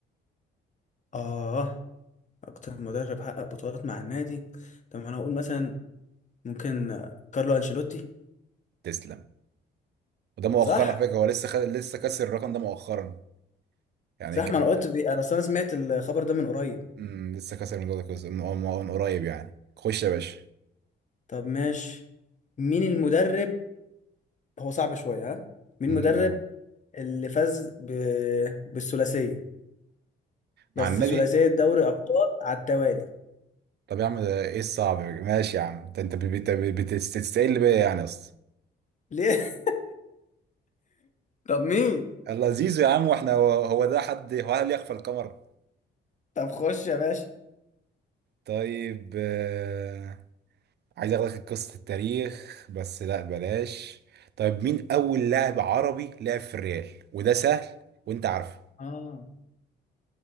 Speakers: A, on the left; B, on the right.
A: اه اكتر مدرب حقق بطولات مع النادي طب انا هقول مثلا ممكن كارلو انشيلوتي
B: تسلم وده مؤخرا
A: صح
B: على فكره هو لسه خد... لسه كسر الرقم ده مؤخرا يعني
A: صح
B: كان
A: ما انا قلت بي... انا أصل انا سمعت الخبر ده من قريب
B: مم، لسه كسر الموضوع ده كويس- من من- من قريب يعني خش يا باشا
A: طب ماشي مين المدرب هو صعب شويه ها مين
B: امم
A: المدرب
B: قول
A: اللي فاز ب... بالثلاثيه بس
B: مع النبي
A: ثلاثيه دوري ابطال على التوالي
B: طب يا عم ده ايه الصعب ماشي يا عم ده انت بت- بت- بتستقل بيا يعني اصلا
A: ليه <laughs> طب مين؟
B: لذيذ يا عم واحنا هو هو ده حد هو هل يخفى القمر
A: طب خش يا باشا
B: طيب آه، عايز اخدك قصة التاريخ بس لا بلاش طيب مين اول لاعب عربي لعب في الريال وده سهل وانت عارفه
A: اه